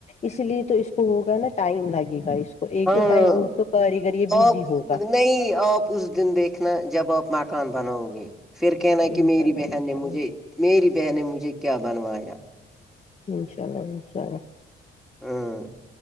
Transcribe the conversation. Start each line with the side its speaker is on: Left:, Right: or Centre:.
Left: اس لیے تو اس کو ہوگا نا ٹائم لگے گا اس کو ایک
Centre: ہاں
Left: تو ٹائم اور تو کاریگر یہ بزی
Centre: آپ
Left: ہوگا
Centre: نہیں آپ اس دن دیکھنا جب آپ مکان بناؤ گے پھر کہنا
Left: انشاء
Centre: کہ میری
Left: اللہ
Centre: بہن
Left: انشاء
Centre: نے
Left: اللہ
Centre: مجھے میری بہن نے مجھے کیا بنوایا
Left: انشاء اللہ انشاء اللہ
Centre: ہوں